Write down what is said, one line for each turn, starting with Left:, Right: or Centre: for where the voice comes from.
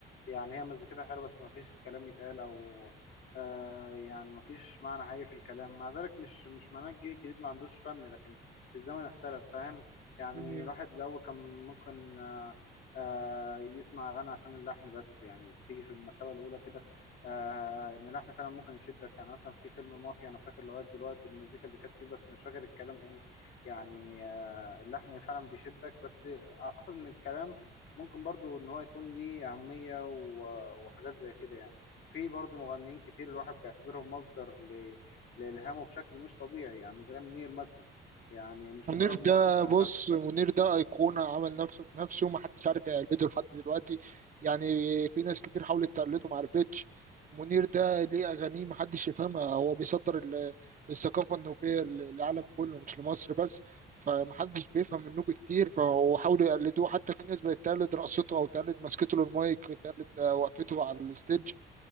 Left: يعني هي مزيكتها حلوة بس مفيش كلام يتقال أو آه، يعني مفيش معنى حقيقي في الكلام مع ذلك مش مش معناه الجيل الجديد ما عندوش فن لكن الزمن اختلف فاهم يعني
Right: ايه
Left: الواحد الأول كان ممكن آه، آه، يسمع أغاني عشان اللحن بس يعني بتيجي في المرتبة الأولى كده آه، إن اللحن فعلا ممكن يشدك يعني مثلا في فيلم مافيا أنا فاكر لغاية دلوقتي المزيكا اللي كانت فيه بس مش فاكر الكلام إيه يعني آه، اللحن فعلا بيشدك بس أعتقد إن الكلام ممكن برضو إن هو يكون ليه أهمية و- وحاجات زي كده يعني في برضو مغنيين كتير الواحد بيعتبرهم مصدر ل- لإلهامه بشكل مش طبيعي يعني زي منير مثلا يعني مش
Right: منير
Left: مجرد
Right: ده
Left: مطرب يعني
Right: بص
Left: تر...
Right: منير ده أيقونة
Left: مم.
Right: عمل نفسه بنفسه محدش عارف يقلده لحد دلوقتي يعني في ناس كتير حاولت تقلده معرفتش منير ده ليه أغانيه محدش يفهمها هو بيصدر ال- الثقافة النوبية للعالم كله مش لمصر بس فمحدش بيفهم النوبي كتير فهو حاولوا يقلدوه حتى في ناس بقت تقلد رقصته أو تقلد مسكته للمايك تقلد آه، وقفته على الستيج